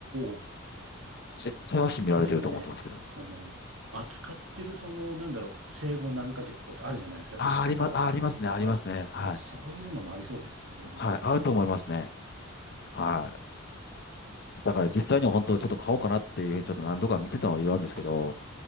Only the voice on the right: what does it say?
お、
あ、あれですかね。その、扱ってる、その、なんだろう、生後何ヶ月とかあるじゃないですか、
年とかも。
やっぱり、
あ、そういうのもありそうですよね、全然。
うん
はい。あ、